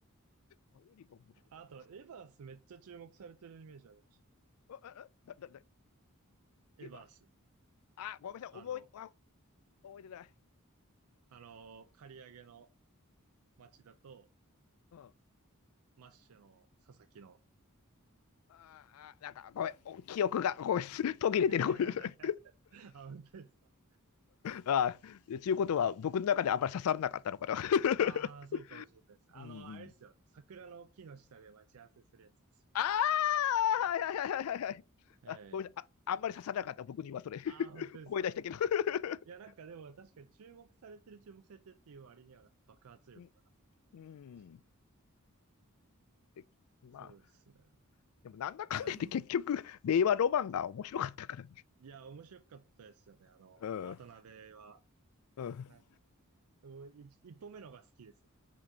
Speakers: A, on the left; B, on the right.
A: あよりも面白かっ
B: あと、エバースめっちゃ注目されてるイメージありましたけどね。
A: た。あ、あ、だ、だ、だ、
B: エバース。
A: エヴァあ、ごめんなさい、
B: あの、
A: 覚え、あ、覚えてない。
B: あの、刈り上げの町田と、
A: うん。あ
B: マッシュの佐々木の。
A: あ、なんか、ごめん、お記憶が、ごめん、<laughs> 途切れてる。
B: <laughs>
A: ごめんなさい
B: あ、本当ですか。
A: ああ、ちゅうことは、僕の中であんまり刺さらなかったのかな。<laughs>
B: ああ、そうかもしれないです。あの、
A: うんうん。
B: あれですよ。あの桜の木の下で待ち合わせするやつですよ。
A: <laughs> ああ、はいはいはいはいはいあ、
B: ええ。
A: ごめんなさい、あ、あんまり刺さらなかった、僕にはそれ。
B: ああ、本当ですか。
A: <laughs> 声出したけど。<laughs>
B: いや、なんかでも確かに注目されてる、注目されてるっていう割には、なんか爆発力はなかったなと思いました。
A: うん。うんでまあ、
B: そうですね。
A: でも、なんだかんだ言って、
B: でも、
A: 結局、令和ロマンが面白かったから。
B: いや、面白かったですよね。あの、
A: うん、
B: 渡辺は。
A: うん。
B: なんか、でも一、一本目のが好きですね。